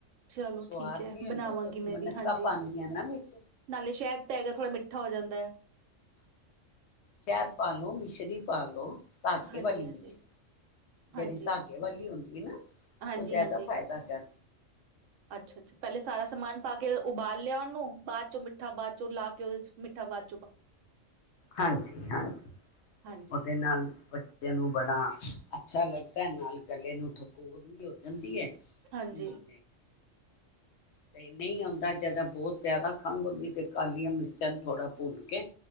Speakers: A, on the right; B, on the left.
A: ਚਲੋ
B: ਸਵਾਦ
A: ਠੀਕ ਹੈ
B: ਵੀ ਹੁੰਦਾ
A: ਬਣਾਵਾਂਗੀ
B: ਕਿਉਂਕਿ
A: ਮੈਂ
B: ਮਨੱਕਾ
A: ਵੀ ਹਾਂਜੀ।
B: ਪਾਣੀ ਆ ਨਾ ਵਿੱਚ
A: ਨਾਲੇ ਸ਼ਹਿਦ ਤਾਂ ਹੈਗਾ ਥੋੜਾ ਮਿੱਠਾ ਹੋ ਜਾਂਦਾ ਹੈ।
B: ਸ਼ਹਿਦ ਪਾ ਲੋ ਮਿਸ਼ਰੀ ਪਾ ਲੋ ਧਾਗੇ
A: ਹਾਂਜੀ,
B: ਵਾਲੀ
A: ਹਾਂਜੀ,
B: ਮਿਸ਼ਰੀ ਜਿਹੜੀ
A: ਹਾਂਜੀ,
B: ਧਾਗੇ ਵਾਲੀ ਹੁੰਦੀ ਨਾ
A: ਹਾਂਜੀ,
B: ਉਹ ਜਦਾ
A: ਹਾਂਜੀ।
B: ਫਾਇਦਾ ਕਰਦੀ ਆ
A: ਅੱਛਾ ਅੱਛਾ ਪਹਿਲੇ ਸਾਰਾ ਸਮਾਨ ਪਾ ਕੇ ਉਬਾਲ ਲਿਆ ਉਹਨੂੰ ਬਾਅਦ ਚੋਂ ਮਿੱ ਮਿੱਠਾ ਬਾਦ ਚ ਉਹ ਲਾ ਕੇ ਉਹਦੇ ਚ ਮਿੱਠਾ ਬਾਦ
B: ਹਾਂਜੀ ਹਾਂਜੀ
A: ਹਾਂਜੀ,
B: ਉਹਦੇ ਨਾਲ ਬੱਚ ਨੂੰ ਬੜਾ ਅੱਛਾ ਲੱਗਦਾ ਹੈ ਨਾਲ ਗਲੇ ਨੂੰ ਠਕੋਰ ਵੀ ਹੋ ਜਾਂਦੀ ਹੈ <unintelligible>
A: ਹਾਂਜੀ,
B: ਹਾਂ ਤੇ ਨਹੀਂ ਆਉਂਦਾ ਜਦੋਂ ਬਹੁਤ ਜਿਆਦਾ ਖੰਘ ਹੁੰਦੀ ਤੇ ਕਾਲੀਆਂ ਮਿਰਚਾਂ ਥੋੜਾ ਪੁਣ ਕੇ